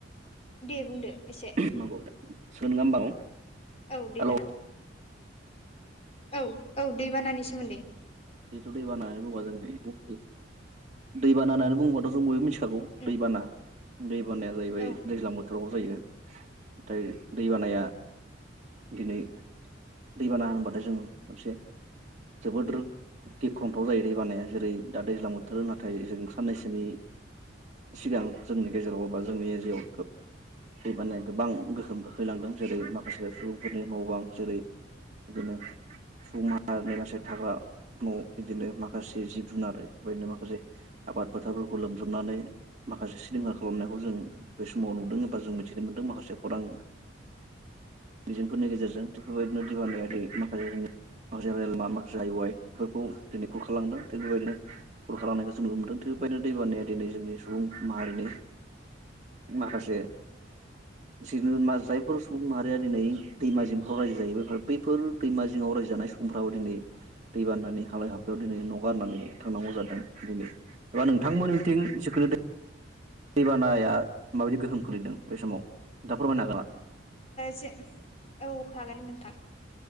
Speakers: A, on the left (about 35°); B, on the right (about 35°).
A: दे बुंदो एसे।
B: <unintelligible>
A: औ दैबाना।
B: हेलौ
A: औ-औ दैबानानि सोमोन्दै।
B: <unintelligible> खागौ दैबाना-दैबानाया
A: उम
B: जाहैबाय
A: औ
B: दैज्लां बोथोराव जायो। <unintelligible> दै बानाया दिनै दैबाना होनबाथाय जों मोनसे जोबोद गिख्रंथाव जायो दै बानाया जेरै दा दैज्लां बोथोर नाथाय जों साननैसोनि‌ सिगां जोंनि गेजेराव बा बा जोंनि आइजि दै बानाया गोबां गोहोम खोख्लैलांदों जेरै माखासे सुबुंफोरनि न' बां जेरै बिदिनो सुबुंमाहारिनि मासे थाग्रा न' बिदिनो माखासे जिब जुनार बा बेदिनो माखासे आबाद फोथारफोरखौ लोमजोबनानै माखासे सिनेमा खालामनायखौ जों बे समाव नुदों एबा जों मिथिनो मोनदों माखासे खौरां बिजों फोरनि गेजेरजों थ' बेबायदिनो <unintelligible> माखासे जों माखासे रेलामा माखासे हाइ वाइफोरखौ दिनै खुरखालांदों थिग बेबायदिनो खुरखालांनायखौ जों नुनो मोन्दों थि बेबायदिनो दैबानाया दिनै जोंनि सुबुं माहारिनि माखासे <inaudible> जायफोर सुबुं माहारि दा दिनै दैमा जिंफ्राव रायजो जायो बे बैफोर दैमा जिङाव रायजो जानाय समफ्राव दिनै दै बानानि हालाय हाफायाव दिनै न' गारनानै थांनांगौ जादों दिनै एबा नोंथांमोन निथिं <inaudible> दैबानाया माबायदि गोहोम खोलैदों बै समाव नोथा फोरमायनो हागोन नामा?
A: जे औ हागोन नोंथां